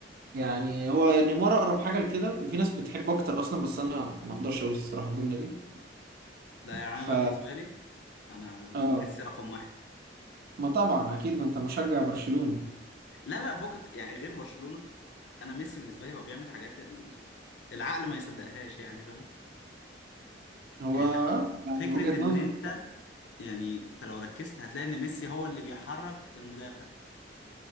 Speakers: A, on the right (about 55°); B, on the left (about 70°).
A: يعني هو نيمار اقرب حاجة لكده وفي ناس بتحبه اكتر اصلا بس انا ما اقدرش اقول الصراحة الجملة دي
B: لا يعني
A: ف
B: انا بقى بالنسبه لي انا
A: اه
B: ميسي رقم واحد
A: ما طبعا اكيد ما انت مشجع برشلوني
B: لا لا فوقك يعني غير برشلونه انا ميسي بالنسبه لي هو بيعمل حاجات ال- العقل ما يصدقهاش يعني فاهم
A: هو
B: يعني انت
A: يعني
B: فكره
A: وجهة
B: ان
A: نظر
B: انت يعني انت لو ركزت هتلاقي ان ميسي هو اللي بيحرك المدافع